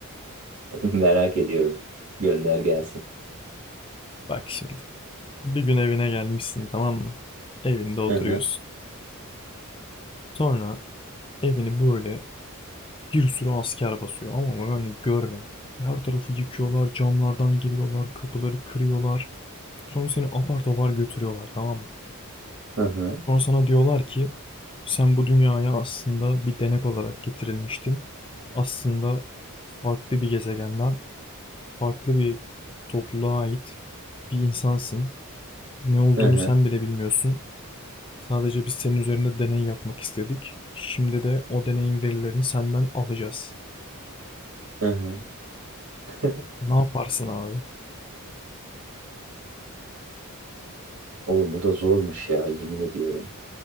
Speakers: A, on the right; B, on the left.
A: <laughs> Merak ediyorum. Gönder gelsin.
B: Bak şimdi. Bir gün evine gelmişsin tamam mı? Evinde oturuyorsun.
A: Hı hı.
B: Sonra evini böyle bir sürü asker basıyor ama yani görme. Her tarafı yıkıyorlar, camlardan giriyorlar, kapıları kırıyorlar. Sonra seni apar topar götürüyorlar tamam mı?
A: Hı hı.
B: Sonra sana diyorlar ki sen bu dünyaya aslında bir denek olarak getirilmiştin. Aslında farklı bir gezegenden, farklı bir topluluğa ait bir insansın. Ne olduğunu
A: Hı hı.
B: sen bile bilmiyorsun. Sadece biz senin üzerinde deney yapmak istedik. Şimdi de o deneyin verilerini senden alacağız.
A: Hı hı. <laughs>
B: Ne yaparsın abi?
A: Oğlum bu da zormuş ya yemin ediyorum.